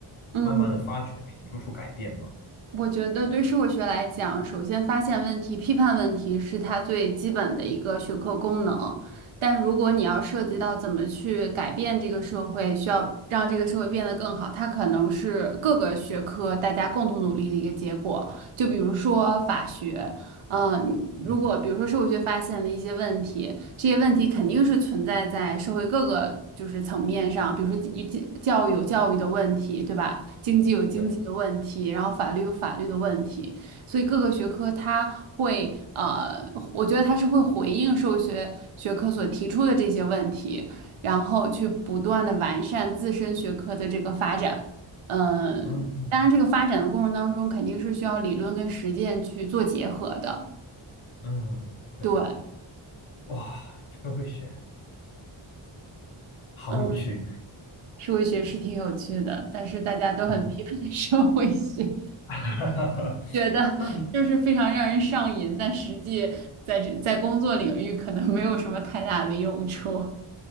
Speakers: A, on the right; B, on the left.
A: 嗯。
B: 慢慢的发掘并且做出改变吗？
A: 我觉得对社会学来讲，首先发现问题、批判问题是它最基本的一个学科功能。但如果你要涉及到怎么去改变这个社会，需要让这个社会变得更好，它可能是各个学科大家共同努力的一个结果。就比如说法学。嗯，你如果比如说社会学发现了一些问题，
B: 嗯，
A: 这些问题肯定是存在在社会各个就是层面上，比如说教教育有教育的问题，对吧？经济有经济的问题，
B: 对，
A: 然后法律有法律的问题，所以各个学科它会呃，我觉得它是会回应社会学学科所提出的这些问题，然后去不断的完善自身学科的这个发展。嗯，
B: 嗯嗯
A: 当然，这个发展的过程当中，肯定是需要理论跟实践去做结合的。
B: 嗯，对，
A: 对，
B: 哇，社会学好有趣，
A: 嗯，社会学是挺有趣的，但是大家都很批判
B: 嗯，
A: <laughs> 社会学，
B: <laughs>
A: 觉得就是非常让人上瘾，
B: 那你
A: 但实际在这在工作领域可能没有什么太大的用处。